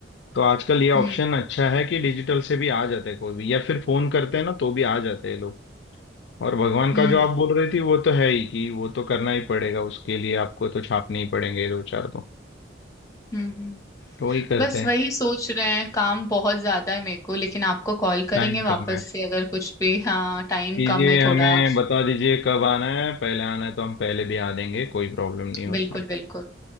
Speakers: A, on the left; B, on the left.
A: तो आजकल ये ऑप्शन
B: हम्म
A: अच्छा है कि डिजिटल से भी आ जाते हैं कोई भी या फिर फोन करते हैं ना तो भी आ जाते हैं लोग और भगवान का
B: हम्म
A: जो आप बोल रही थी वो तो है ही कि वो तो करना ही पड़ेगा उसके लिए आपको तो छापने ही पड़ेंगे दो चार तो
B: हम्म हम्म।
A: तो वही करते
B: बस
A: हैं
B: वही सोच रहे हैं काम बहुत ज्यादा है मेरे को लेकिन आपको कॉल करेंगे
A: टाइम
B: वापस
A: कम है
B: से अगर कुछ भी हाँ टाइम
A: कीजिए
B: कम है
A: हमें
B: थोड़ा
A: बता दीजिए कब आना है पहले आना है तो हम पहले भी आ देंगे कोई प्रॉब्लम नहीं है उसमें
B: बिल्कुल बिल्कुल